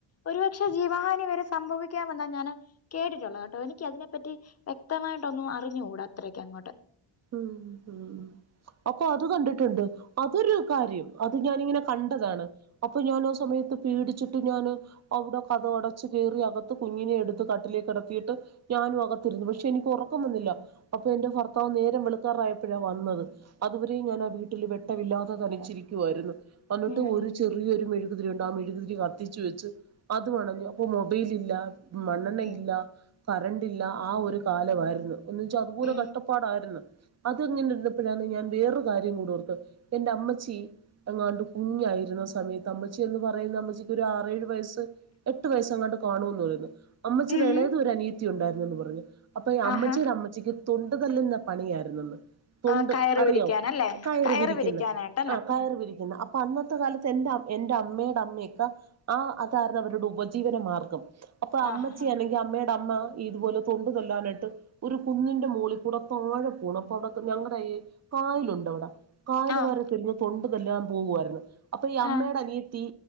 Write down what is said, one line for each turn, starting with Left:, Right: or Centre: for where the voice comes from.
Left: ഒരുപക്ഷെ ജീവഹാനി വരെ സംഭവിക്കാമെന്നാണ് ഞാന് കേട്ടിട്ടുള്ളത് കേട്ടോ എനിക്ക് അതിനെപ്പറ്റി വ്യക്തമായിട്ടൊന്നും അറിഞ്ഞുകൂടാ അത്രക്കെ അങ്ങോട്ട്
Right: ഉം ഉം അപ്പൊ അത് കണ്ടിട്ട്ണ്ട് അതൊരു കാര്യം അത് ഞാനിങ്ങനെ കണ്ടതാണ് അപ്പൊ ഞാൻ ആ സമയത്ത് പേടിച്ചിട്ട് ഞാന് അവ്ടെ കഥകടച്ചു കേറി അക കുഞ്ഞിനെ എടുത്ത് കട്ടിലിൽ കിടത്തിയിട്ട് ഞാനും അകത്തിരുന്നു പക്ഷെ എനിക്ക് ഒറക്കം വന്നില്ല അപ്പൊ എന്റെ ഭർത്താവ് നേ രം വെള്ക്കാറായപ്പഴാ വന്നത് അതുവരെ ഞാനാ വീട്ടിൽ ആരുമില്ലാതെ തനിച്ച് ഇരിക്കുവായിരുന്നു. അന്നിട്ട്ഒരു
Left: ഉം
Right: ചെറിയരു മെഴു കുതിരിണ്ട് ആ മെഴുകുതിരി കത്തിച്ച് വെച്ച് അതുമണഞ്ഞു അപ്പൊ മൊബൈല് ഇല്ല മണ്ണെണ്ണ
Left: ഉം
Right: ഇല്ല കറണ്ട്ല്ല ആ ഒരു കാലമായിയിരുന്നു എന്ന് വെച്ചാ അതുപോലെ
Left: ഉം
Right: കഷ്ടപ്പാടായിർന്നു. അതങ്ങനെ ഇരുന്നപ്പഴാണ് ഞാൻ വേറെ കാര്യം കൂടെ ഓർത്തെ അമ്മച്ചി എങ്ങാണ്ട് കുഞ്ഞായിരുന്ന സമയത്ത് അമ്മച്ചി എന്ന് പറയുന്ന അമ്മച്ചിക്ക് ഒരു ആറേഴു വയസ് എട്ട് വയസ്സ് അങ്ങട്ട് കാണൂന്ന് റയുന്നു. അമ്മച്ചിറേളേത്
Left: ഉം
Right: ഒരനിയത്തി ത്തി ഉണ്ടായിരുന്നെന്ന് പറഞ്ഞു അപ്പ അമ്മച്ചീടെ
Left: ആഹാ
Right: അമ്മച്ചിക്ക് തൊണ്ടു തല്ലുന്ന പണി <unintelligible> തൊണ്ട്
Left: ആ കയറ്
Right: അറിയോ
Left: വിരിക്കാനല്ലേ
Right: കയറ്പിരിക്കുന്ന
Left: കയറ് വിരിക്കാനായിട്ടല്ലേ
Right: ആ കയറ്
Left: ഉം
Right: പിരിക്കുന്ന അപ്പ അന്നത്തെ കാലത്ത് എന്റെ അമ് എന്റെ അമ്മേടെ അമ്മയൊക്ക ആ അതായിർന്നു അവരുടെ ഉപജീവന മാർഗം അപ്പൊ അമ്മച്ചി
Left: ആഹ് ഹാ
Right: അല്ലെങ്കി അമ്മയുടെ അമ്മ ഇതുപോലെ തൊണ്ടു തല്ലാനായിട് ഒരു കുന്നിന്റെ മോളിൽ കുടത്താഴം കൂണപ്പടക്കം ഞങ്ങളടായേ കായലുണ്ടോവിടെ കായല്
Left: ആഹ്
Right: വാരിത്തരുന്ന തൊണ് അതെല്ലാം പോവായിർന്നു അപ്പൊ ഈ അമ്മയുടെ
Left: ആഹ്
Right: അനിയത്തി